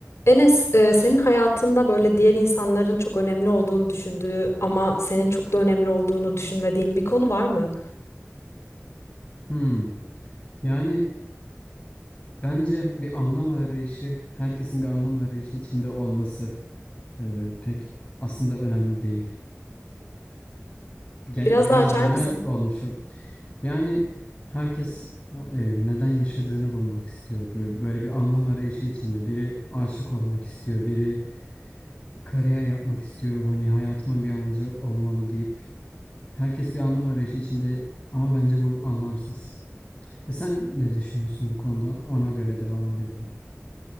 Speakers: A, on the left (about 60°); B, on the left (about 25°).
A: Enes, e, senin hayatında böyle diğer insanların çok önemli olduğunu düşündüğü ama senin çok da önemli olduğunu düşünmediğin bir konu var mı?
B: Hmm. Yani bence bir anlam arayışı, herkesin bir anlam arayışı içinde olması e, pek aslında önemli değil. Ge-
A: Biraz
B: biraz
A: daha açar
B: genel
A: mısın?
B: olmuş. Yani herkes e, neden yaşadığını bulmak istiyor. Bö- Böyle bir anlam arayışı içinde. Biri aşık olmak istiyor, biri kariyer yapmak istiyor. Hani hayatımın bir amacı olmalı deyip herkes bir anlam arayışı içinde ama bence bu anlamsız. Ya sen ne düşünüyorsun bu konuda? Ona göre devam edebiliriz.